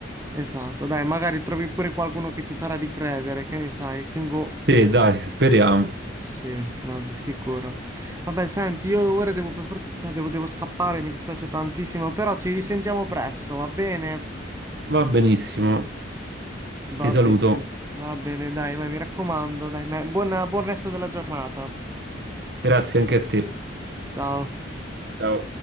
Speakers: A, on the right; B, on the right.
A: esatto, dai, magari trovi pure qualcuno che ti farà ricredere, che ne sai, che boh.
B: Sì, dai, speriamo.
A: Sì, no, di sicuro. Vabbè, senti, io ora devo, per for- cioè, devo, devo scappare, mi dispiace tantissimo, però ci risentiamo presto, va bene?
B: Va benissimo. Ti
A: Va
B: saluto.
A: bene, va bene, dai, ma mi raccomando, dai, ma- buona- buon resto della giornata.
B: Grazie anche a te.
A: Ciao.
B: Ciao.